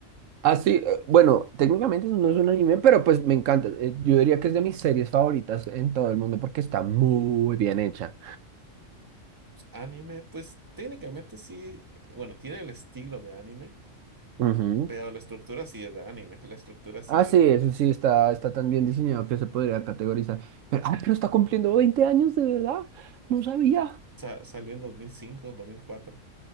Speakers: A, on the right; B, on the right.
A: Así, eh, bueno, técnicamente no es un anime, pero pues me encanta. Eh, Yo diría que es de mis series favoritas en todo el mundo porque está muy bien hecha.
B: Anime, pues técnicamente sí. eh, Bueno, tiene el estilo de anime,
A: Ujú.
B: pero la estructura sí es de anime. <laughs> La estructura sí
A: Ah, sí, eso sí, está, está tan bien diseñado que se podría categorizar. Pero, ah, pero está cumpliendo 20 años, de verdad. No sabía.
B: sa- salió en 2005, 2004.